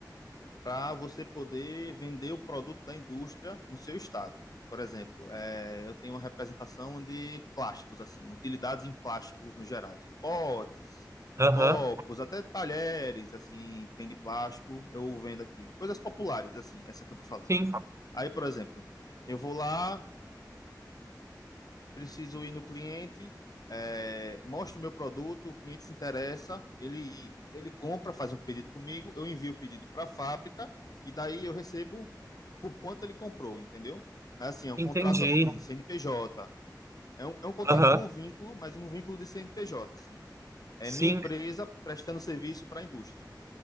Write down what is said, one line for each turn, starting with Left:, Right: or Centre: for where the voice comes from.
Left: para você poder vender o produto da indústria no seu estado. Por exemplo, eh, eu tenho uma representação de plásticos, assim, utilidades em plásticos no gerais. Potes,
Right: Aham,
Left: copos, até talheres, assim, tem de plástico, eu vendo aqui. Coisas populares, assim, essa que eu tô falando.
Right: sim,
Left: Aí, por exemplo, eu vou lá, preciso ir no cliente, é, mostro o meu produto, o cliente se interessa, ele, ele compra, faz um pedido comigo, eu envio o pedido para a fábrica e daí eu recebo por quanto ele comprou, entendeu? Mas assim, é um
Right: entendi.
Left: contrato assim, CNPJ. É um, é um contrato
Right: Aham,
Left: com um vínculo, mas um vínculo de CNPJ, assim. É
Right: sim.
Left: minha empresa prestando serviço para a indústria.